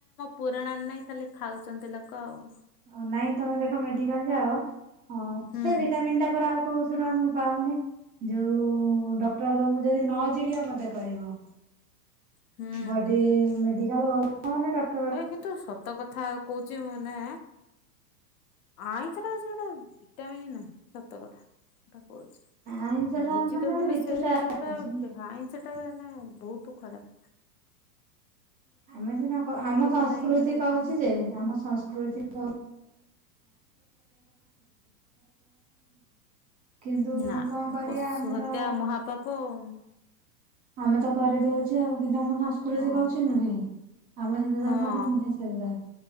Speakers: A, on the left (about 60°); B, on the right (about 20°).
A: ପୁରଣା ନାଇଁ ଖାଲି ଖାଉଛନ୍ତି ଲୋକ ଆଉ,
B: ହଁ ନାଇଁ ତମେ ଦେଖ ମେଡିକାଲ୍ ଯାଅ ହଁ
A: ହୁଁ।
B: ସେ ଭିଟାମିନ୍ ଟା ପୁରା ଆଉ କହୁସି ଆମକୁ ପାଉନି। ଯୋଉ ଡକ୍ଟର ତାଙ୍କୁ ଯଦି ନ ଚିଡିବ ମତେ କହିବ,?
A: ହୁଁ
B: ବଡି ମେଡିିକାଲ୍ ଗଲା ମାନେ ଡକ୍
A: ଏ କିନ୍ତୁ ସତ କଥା କହୁଛି ମୁଁ ମାନେ, ଆଇଁଷ ଟା ସେ ଗୋଟେ ଭିଟାମନ୍ ନାହିଁ ସତ କଥା ସେଟା କହୁଛି,
B: ଆଇଁଷ ଟା
A: ଭେଜିଟେବୁଲ
B: ମାନେ ଗୋଟେ ବିତୁଟା
A: ସେଟା
B: ଆସୁଛି।
A: ଯୋଉଟା ହୁଁ ହାଇ ସେଟା ମାନେ ବହୁତ ଖରାପ୍।
B: ଆମେ ଯେନା ଆମ ସଂସ୍କୃତି
A: ମାନେ ଇଏରେ ଜାଣିଲି
B: କହୁଛି ଯେ ଆମ ସଂସ୍କୃତି, <inaudible> କିନ୍ତୁ
A: ନା
B: କଣ କରିବା
A: ପଶୁ
B: ଆମେ
A: ହତ୍ୟା
B: ତ?
A: ମହାପାପ ଆଉ।
B: ଆମେ ତ କରିଦଉଛେ ଆଉ କିନ୍ତୁ ଆମ ସଂସ୍କୃତି
A: ହଁ
B: କହୁଛି ନୁହେଁ ଆମ ହିନ୍ଦୁ
A: ହଁ
B: ଧର୍ମରେ ନୁହେଁ। ସେଗୁଡା